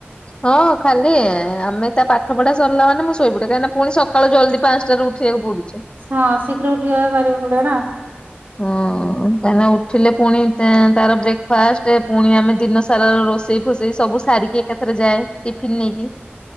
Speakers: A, on the left; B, on the right.
A: ହଁ ଖାଲି ଆମେ ତା ପାଠ ପଢା ସିରିଲା ମାନେ ମୁଁ ଶୋଇପଡେ କାହିଁନା ପୁଣି ସକାଳୁ ଜଲଦି ପାଞ୍ଚଟାରୁ ଉଠିବାକୁ ପଡୁଛି।
B: ହଁ ଶୀଘ୍ର ଉଠିଵା ଭାରି ପଡେ ନା?
A: ହଁ କାହିଁନା ଉଠିଲେ ପୁଣି ତେ ତାର ବ୍ରେକଫାଷ୍ଟ ପୁଣି ଆମେ ଦିନ ସାରା ରୋଷେଇ ଫସେଇ ସବୁ ସାରିକି ଏକାଥର ଯାଏ ଟିଫିନ ନେଇକି।